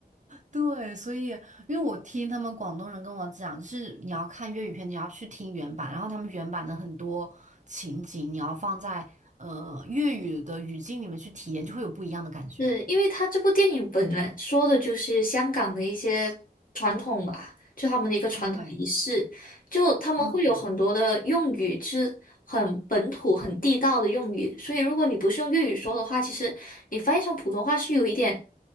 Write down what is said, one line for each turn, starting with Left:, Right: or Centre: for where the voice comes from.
Right: 对，所以因为我听他们广东人跟我讲，就是你要看粤语片，你要去听原版，然后他们原版的很多情景，你要放在呃粤语的语境里面去体验，就会有不一样的感觉。
Left: 是因为他这部电影本来说的就是香港的一些传统吧，就他们的一个传统仪式，
Right: 对，
Left: 就他们会有很多的用语是很本土、
Right: 嗯。
Left: 很地道的用语，所以如果你不是用粤语说的话，其实你翻译成普通话是有一点，